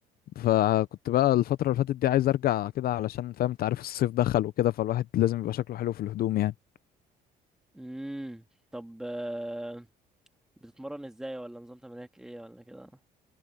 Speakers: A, on the left (about 60°); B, in the centre.
A: فكنت بقى الفتره اللي فاتت دي عايز ارجع كده علشان فاهم انت عارف الصيف دخل وكده فالواحد لازم يبقى شكله حلو في الهدوم يعني
B: امم طب آه، بتتمرن ازاي ولا نظام تمرينك ايه ولا كده